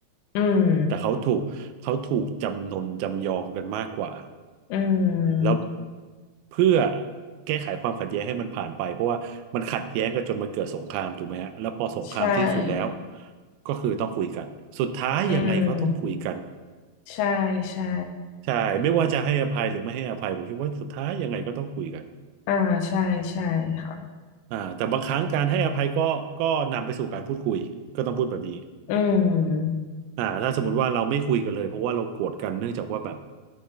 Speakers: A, on the left; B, on the right.
A: อืม
B: แต่เขาถูกเขาถูกจำนนจำยอมกันมากกว่า
A: อื
B: แล้ว
A: ม
B: เพื่อแก้ไขความขัดแย้งให้มันผ่านไปเพราะว่ามันขัดแย้งกันจนมันเกิดสงครามถูกไหมฮะแล้วพอสงครามที่สุดแล้ว
A: ใช่
B: ก็คือต้องคุยกันสุดท้ายยังไงก็ต้องคุยกัน
A: อืมใช่ใช่
B: ใช่ไม่ว่าจะให้อภัยหรือไม่ให้อภัยผมคิดว่าสุดท้ายยังไงก็ต้องคุยกัน
A: อ่าใช่ใช่ค่ะ
B: อ่าแต่บางครั้งการให้อภัยก็ก็นำไปสู่การพูดคุยก็ต้องพูดแบบนี้
A: อืม
B: อ่าถ้าสมมติว่าเราไม่คุยกันเลยเพราะว่าเราโกรธกันเนื่องจากว่าแบบ